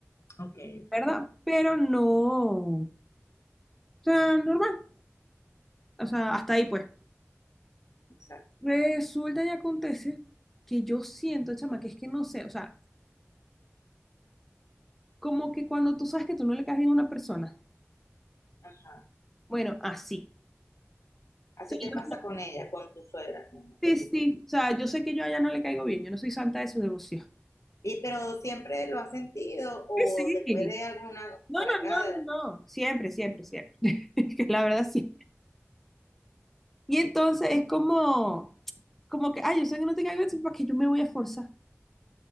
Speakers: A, on the left (about 80°); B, in the centre.
A: Ok, ok.
B: ¿verdad? Pero no. O sea, normal. O sea, hasta ahí pues.
A: Exacto.
B: Resulta y acontece que yo siento, chama, que es que no sé, o sea, como que cuando tú sabes que tú no le caes bien a una persona,
A: Ah,
B: bueno, así.
A: Así
B: O sea,
A: te
B: yo-
A: pasa con ella, con tu suegra en específico.
B: sí, sí, o sea, yo sé que yo a ella no le caigo bien, yo no soy santa de su devoción.
A: Y pero siempre lo has sentido o
B: Sí,
A: después
B: sí.
A: de alguna
B: No,
A: para
B: no,
A: acá de
B: no, no, no. Siempre, siempre, siempre. <laughs> Que La verdad, sí. Y entonces es como, como que, ay, yo sé que no te caigo bien, entonces, ¿para que yo me voy a forzar?